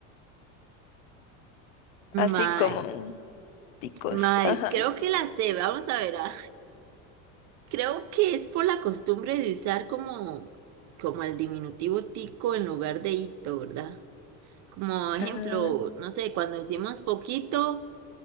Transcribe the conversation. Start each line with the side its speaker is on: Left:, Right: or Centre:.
Left: Así
Right: Mae,
Left: como ticos,
Right: mae,
Left: ajá.
Right: creo que la sé, vamos a ver. ah. Creo que es por la costumbre de usar como, como el diminutivo tico en lugar de hito, ¿verdad? Como ejemplo,
Left: Ah,
Right: no sé, cuando decimos poquito.